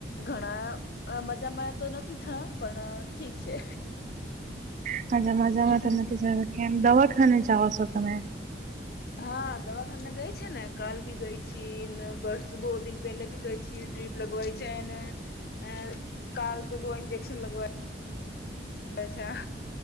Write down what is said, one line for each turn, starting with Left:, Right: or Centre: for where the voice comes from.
Left: ઘણા મજામાં તો નથી પણ ઠીક છે.
Right: હજા મજામાં
Left: હમ
Right: તો નથી સારું કેમ દવાખાને જાઓ છો તમે
Left: હા દવાખાને ગઈને કાલ ભી ગઈ છે ને પરસુ દોની પહેલે ભી ગઈ છે. ડ્રીપ લગવાઈ છે ને અ કાલ તો દો ન્જેક્શન લગવા અચ્છા.